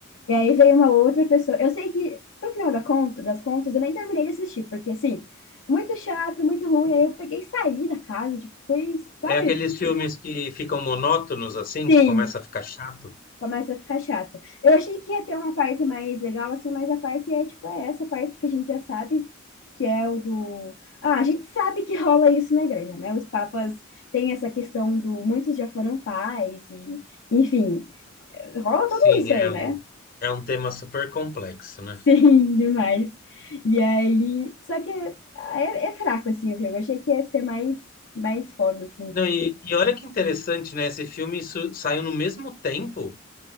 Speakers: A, on the left; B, on the left.
A: E aí veio uma outra pessoa. Eu sei que, pro final da conta, das contas, eu nem terminei de assistir, porque assim, muito chato, muito ruim. Aí eu peguei e saí da casa, tipo, foi, sabe?
B: É aqueles filmes que ficam monótonos assim,
A: Sim,
B: que começa a ficar chato.
A: começa a ficar chato. Eu achei que ia ter uma parte mais legal, assim, mas a parte é, tipo, é essa parte que a gente já sabe, que é o do. Ah, a gente sabe que rola isso na igreja, né? Os papas têm essa questão do. Muitos já foram pais, e, enfim, rola
B: Sim,
A: tudo isso
B: é
A: aí, né?
B: um, é um tema super complexo, né?
A: Sim, <laughs> demais. E aí, só que é, é- é fraco, assim, o filme. Eu achei que ia ser mais, mais foda, assim.
B: Não, e, e olha que interessante, né? Esse filme su- saiu no mesmo tempo